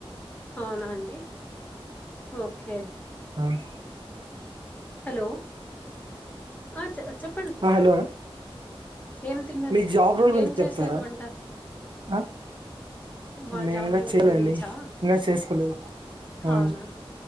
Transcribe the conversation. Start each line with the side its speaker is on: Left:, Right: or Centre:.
Left: అవునా అండి ఓకే
Right: ఉమ్
Left: హలో ఆ చె చెప్
Right: ఆ హలో
Left: ఏం తిన్న
Right: మీ జాబ్ రోల్ గురించి
Left: ఏం చేశారు
Right: చెప్తారా
Left: వంట
Right: ఆ
Left: మా
Right: మేము
Left: జాబ్
Right: ఇంకా
Left: రోల్
Right: చేయలేండి
Left: గురించా
Right: ఇంకా చేసుకోలేదు ఆ
Left: అవునా